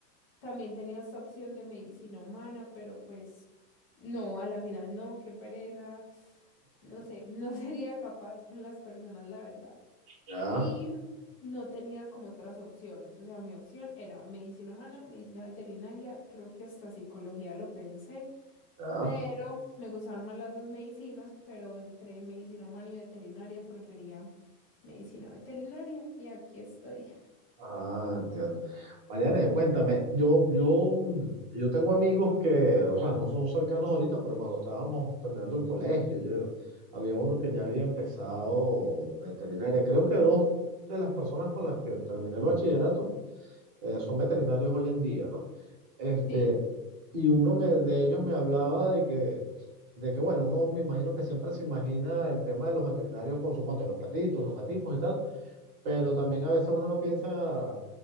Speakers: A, on the left; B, on the right.
A: también tenía esta opción de medicina humana, pero pues no, a la final no, qué pereza, no sé, no <laughs> sería capaz con las personas, la verdad.
B: Ya,
A: Y no tenía como otras opciones, o sea, mi opción era medicina humana, medicina veterinaria, creo que hasta psicología lo pensé.
B: ya.
A: Pero me gustaron más las dos medicinas, pero entre medicina humana y veterinaria prefería medicina veterinaria y aquí estoy.
B: Ah, entiendo. Mariana, y cuéntame, yo, yo, mm, yo tengo amigos que, o sea, no son cercanos ahorita, pero cuando estábamos terminando el colegio, yo, había uno que ya había empezado veterinaria. Creo que dos de las personas con las que terminé el bachillerato eh, son veterinarios hoy en día, ¿no? Este,
A: Sí,
B: y uno me, de ellos me hablaba de que, de que, bueno, uno me imagino que siempre se imagina el tema de los veterinarios con, suponte, los perritos, los gaticos y tal, pero también a veces uno no piensa